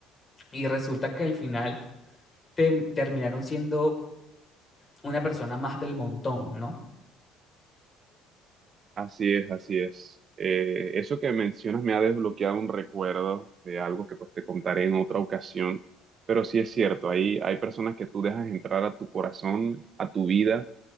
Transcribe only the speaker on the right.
Así es, así es. Eh, eso que mencionas me ha desbloqueado un recuerdo de algo que pues te contaré en otra ocasión, pero sí es cierto, ahí hay personas que tú dejas entrar a tu corazón, a tu vida,